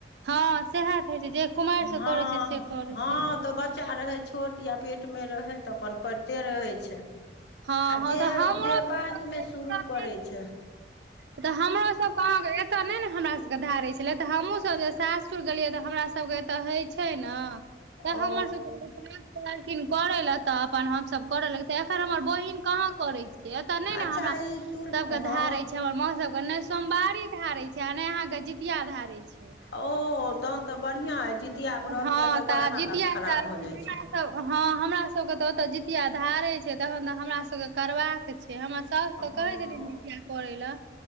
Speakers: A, on the right; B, on the left.
A: हँ सएह तऽ होइ छै जे कुमारि
B: हँ
A: से करै छै से करे
B: हँ
A: रहै
B: तऽ
A: छै।
B: बच्चा रहै छोट या पेटमे रहै तऽ अपन करिते रहै छै।
A: हाँ
B: आ जे
A: तऽ हमरो
B: जे
A: सब
B: बादमे शुरू करै छै
A: <unintelligible> तऽ हमरो सब मां गे एते ने ने हमरा सब के धारे छले त हमहु सब सास स गेलियै तऽ हमरा सबके एते हे छै ने तऽ
B: ओ
A: हमर सबके <unintelligible> खिन करे ले तऽ अपन हमस करऽ लग त एखन हमर बहिन कहाँ करे छ एतऽ नहि ने
B: अच्छा
A: हमरा
B: ई तुल
A: सबके
B: हँ
A: धारै छै हमर म सब के ने सोमवारी धारे छै आ नहि अहाँ के जीितिया धारे छै‌।
B: ओ तहन तऽ बढ़िआँ अइ जितिया व्रतमे
A: हँ
B: तऽ बड़
A: आब
B: हालत
A: जितिया
B: खराब भऽ
A: हमरा
B: जाइ छै।
A: तऽ हँ हमरा सबके तऽ ओतऽ जीितिया धारे छै तखन तऽ हमरा सबके करबाक छै हमरा साउस त
B: हँ
A: कहै छथिन जितिया करै लए।